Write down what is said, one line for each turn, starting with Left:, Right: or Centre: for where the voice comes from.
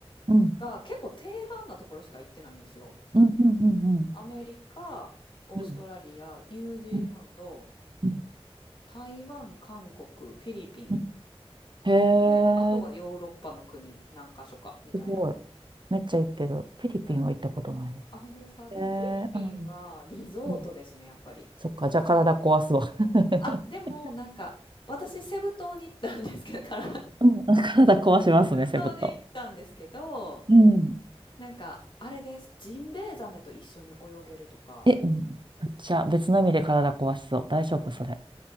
Right: うん。
Left: が結構定番なところしか行ってないんですよ。
Right: うんうんうんうん。
Left: アメリカ、オーストラリア、
Right: うん
Left: ニュージーランド、
Right: うんうん
Left: 台湾、韓国、フィリピン。
Right: うんへえ、
Left: で、あとはヨーロッパの国何か所か、みたいな。
Right: すごい。めっちゃ行ってる。フィリピンは行ったことないです。
Left: いや、でもあ、本当ですかでもフィリピンはリゾートですね、
Right: へえ、うん。うん。
Left: やっぱり。
Right: そっか、じゃあ体壊すわ。<laughs>
Left: あ、でも、なんか、私、セブ島に行ったんですけど、から <laughs>
Right: うん、体壊しますね、
Left: セブ島に行ったんですけど、
Right: セブ島。うん。
Left: なんか、あれです。ジンベエザメと一緒に泳げるとか。
Right: え、うん。じゃあ別の意味で体壊しそう。大丈夫、それ。